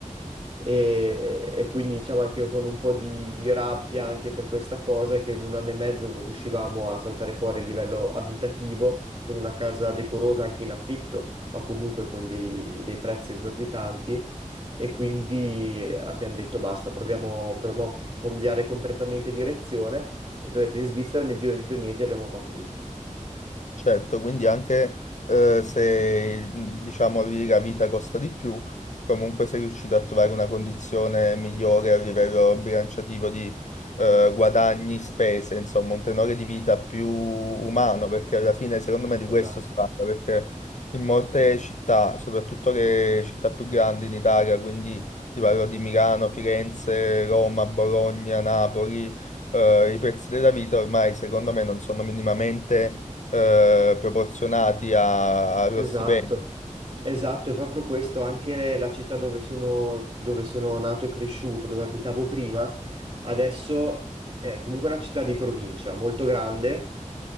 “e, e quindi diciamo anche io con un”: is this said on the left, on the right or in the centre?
Right